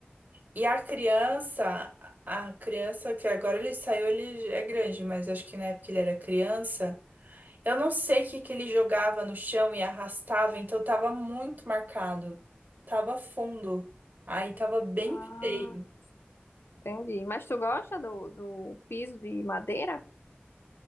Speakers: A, on the right; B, on the left.
A: E a criança, a criança que agora ele saiu, ele é grande, mas acho que na época ele era criança. Eu não sei o que que ele jogava no chão e arrastava, então tava muito marcado. Tava fundo. Aí tava bem
B: Ah,
A: feio.
B: entendi. Mas tu gosta do, do piso de madeira?